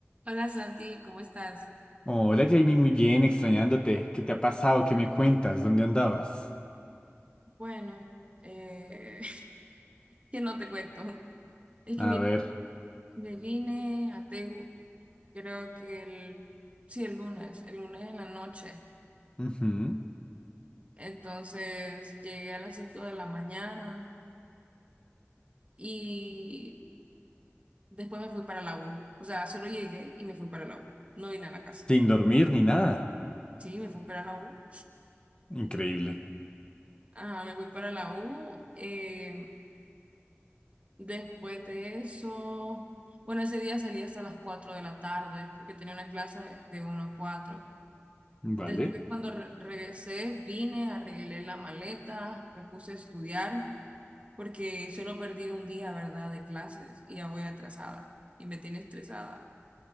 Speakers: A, on the right; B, on the left.
A: Hola Santi, ¿cómo estás?
B: Hola Jamie, muy bien, extrañándote. ¿Qué te ha pasado? ¿Qué me cuentas? ¿Dónde andabas?
A: Bueno, eh, <laughs> que no te cuento. Es que
B: A
A: mira,
B: ver.
A: me vine a Tegu, creo que el, sí, el lunes, el lunes en la noche.
B: ujú.
A: Entonces llegué a las 5 de la mañana y después me fui para la U. O sea, solo llegué y me fui para la U. No vine a la casa.
B: Sin dormir ni nada.
A: Sí, me fui para la U.
B: Increíble.
A: Ajá, me fui para la U. eh, Después de eso, bueno, ese día salí hasta las 4 de la tarde porque tenía una clase de uno a cuatro
B: Vale.
A: Después, cuando re- regresé, vine, arreglé la maleta, me puse a estudiar porque solo perdí un día, ¿verdad?, de clases y ya voy atrasada y me tiene estresada.